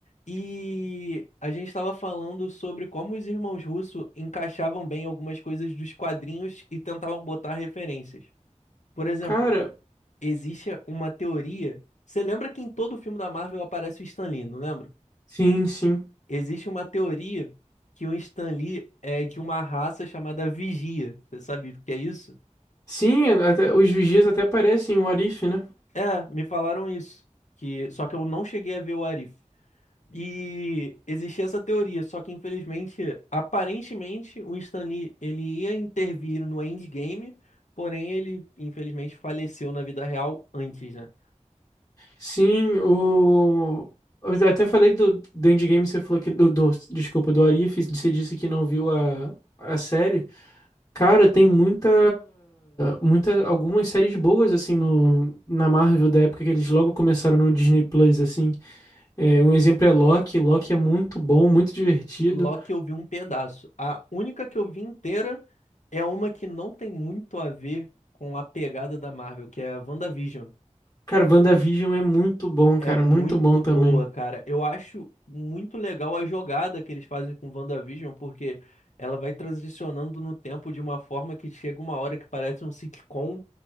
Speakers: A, on the left (about 70°); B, on the left (about 25°).
A: E a gente estava falando sobre como os irmãos Russo encaixavam bem algumas coisas dos quadrinhos e tentavam botar referências. Por exemplo,
B: Cara,
A: existe uma teoria. Você lembra que em todo filme da Marvel aparece o Stan Lee, não lembra?
B: sim, sim.
A: Existe uma teoria que o Stan Lee é de uma raça chamada Vigia. Você sabe o que é isso?
B: Sim, até- os vigias até parecem o Arif, né?
A: É, me falaram isso. Que, só que eu não cheguei a ver o Arif. E existia essa teoria, só que infelizmente, aparentemente, o Stan Lee, ele ia intervir no Endgame, porém ele infelizmente faleceu na vida real antes, né?
B: Sim, o. Eu até falei do, do Endgame, você falou que. Do, do- desculpa, do Arif, você disse que não viu a, a série. Cara, tem muita, muita. Algumas séries boas, assim, no, na Marvel da época que eles logo começaram no Disney Plus, assim. É, um exemplo é Loki. Loki é muito bom, muito divertido.
A: Loki eu vi um pedaço. A única que eu vi inteira é uma que não tem muito a ver com a pegada da Marvel, que é a WandaVision.
B: Cara, WandaVision é muito bom,
A: É
B: cara,
A: muito
B: muito bom
A: boa,
B: também.
A: cara. Eu acho muito legal a jogada que eles fazem com WandaVision, porque ela vai transicionando no tempo de uma forma que chega uma hora que parece um sitcom,